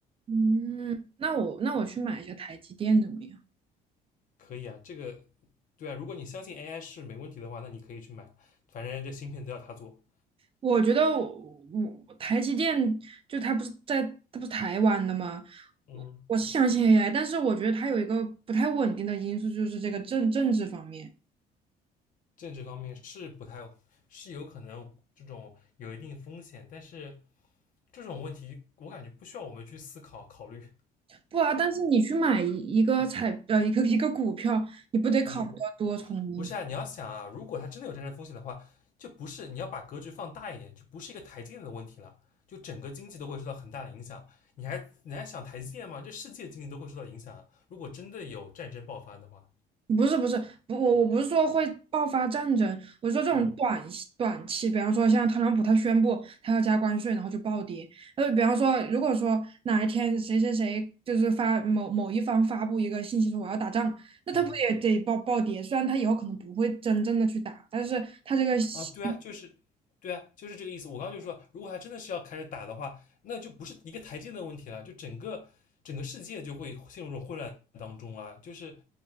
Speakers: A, on the right (about 35°); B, on the left (about 50°).
A: 嗯，那我那我去买一下台积电怎么样？
B: 可以啊，这个对啊，如果你相信 AI 是没问题的话，那你可以去买啊，反正这芯片都要他做。
A: 我觉得我我台积电就它不是在它不是台湾的吗？
B: 嗯，
A: 我我是相信 AI，但是我觉得它有一个不太稳定的因素，就是这个政政治方面。
B: 政治方面是不太是有可能这种有一定风险，但是这种问题我感觉不需要我们去思考考虑。
A: 不啊，但是你去买一一个彩呃一个一个股票，你不得考虑到多重因
B: 嗯，不是啊，你要想啊，如果它真的有战争风险的话，就不是你要把格局放大一点，就不是一个台积电的问题了，就整个经济都会受到很大的影响。你还你还想台积电吗？这世界经济都会受到影响啊！如果真的有战争爆发的话，
A: 不是不是，不我我不是说会爆发战争，我说这种短期短期，
B: 嗯
A: 比方说像特朗普他宣布他要加关税，然后就暴跌。呃，比方说如果说哪一天谁谁谁就是发某某一方发布一个信息说我要打仗，那他不也得暴暴跌？
B: 嗯。
A: 虽然他以后可能不会真正的去打，但是他这个信
B: 啊，对啊，就是对啊，就是这个意思。我刚刚就说，如果他真的是要开始打的话，那就不是一个台阶的问题了，就整个整个世界就会陷入这种混乱当中啊。就是